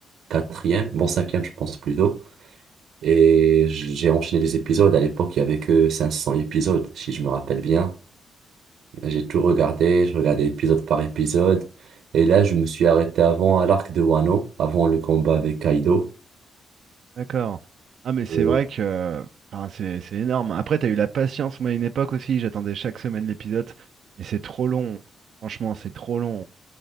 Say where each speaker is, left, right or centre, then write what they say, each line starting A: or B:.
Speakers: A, on the right (about 80°); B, on the right (about 65°).
A: quatrième. Bon, cinquième, je pense plutôt. Et j- j'ai enchaîné les épisodes. À l'époque, il y avait que 500 épisodes, si je me rappelle bien. J'ai tout regardé, je regardais épisode par épisode. Et là, je me suis arrêté avant à l'arc de Wano, avant le combat avec Kaido.
B: d'accord. Ah mais c'est
A: Euh,
B: vrai que euh, enfin, c'est c'est énorme. Après, t'as eu la patience, moi à une époque aussi, j'attendais chaque semaine l'épisode, mais c'est trop long. Franchement, c'est trop long.